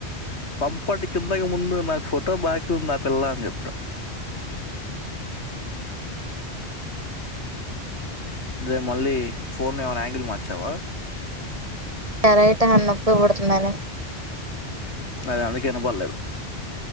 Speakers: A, on the left; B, on the right.
A: పంపటి కిందకి ముందు నాకు ఫోటో బాకీ ఉంది ఆ పిల్ల అని చెప్తా రే మళ్ళీ ఫోన్ ఏమైనా యాంగిల్ మార్ చ్చవా
B: ఎర ఇట అన్నప్ప నొప్పి పుడుతుందని
A: అదే అందుకే వినబడలేదు